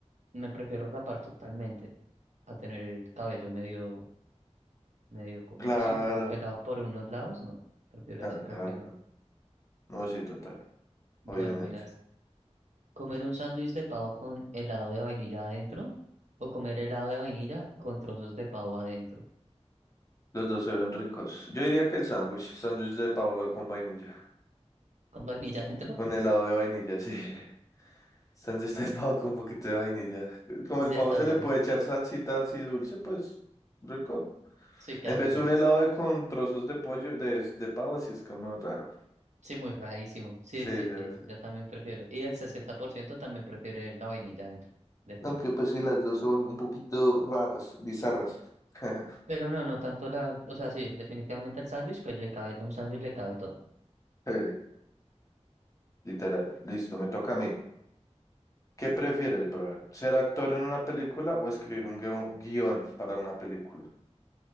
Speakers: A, on the right; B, on the left.
A: Me prefiero rapar totalmente a tener el cabello medio, medio, com-
B: claro,
A: sí, como pelado por unos lados, no. Prefiero
B: claro,
A: ahí sí calvearlo.
B: claro. No, sí, total,
A: Bueno,
B: obviamente.
A: mira, es comer un sándwich de pavo con helado de vainilla adentro o comer helado de vainilla con trozos de pavo adentro.
B: Los dos se ven ricos. Yo diría que el sándwich, sándwich de pavo con vainilla,
A: Con vainilla adentro,
B: con helado de vainilla, sí. <laughs> Sándwich de pavo con un poquito de vainilla.
A: <laughs>
B: Como
A: sí
B: el pavo
A: está
B: se
A: bueno.
B: le puede echar salsita así dulce, pues rico.
A: Sí queda
B: En vez
A: mejor.
B: de un helado de con trozos de pollo, de, de pavo, sí es como raro.
A: Sí, muy rarísimo. Sí,
B: Sí,
A: sí,
B: ya
A: sí,
B: sé.
A: yo también prefiero. Y el 60% también prefiere la vainilla dentro del pavo.
B: Aunque pues sí, las dos son un poquito raras, bizarras. <laughs>
A: Pero no, no tanto la, o sea, sí, definitivamente el sándwich, pues le cabe, un sándwich le cabe todo.
B: Sí, literal. Listo, me toca a mí. ¿Qué prefieres, brother? ¿Ser actor en una película o escribir un guio- guión para una película?